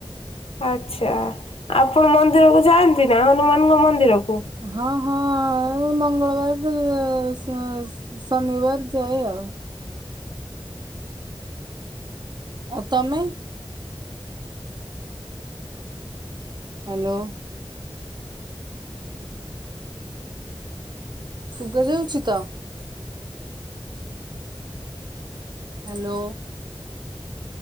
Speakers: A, on the left; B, on the right.
A: ଆଚ୍ଛା ଆପଣ ମନ୍ଦିରକୁ ଯାଆନ୍ତି ନା ହନୁମାନଙ୍କ ମନ୍ଦିରକୁ?
B: ହଁ ହଁ ମଙ୍ଗଳବାର ଶନିବାର ଯାଏ ଆଉ। ଆଉ ତମେ? ହାଲୋ। ଶୁବାଯାଉଛି ତ ହାଲୋ।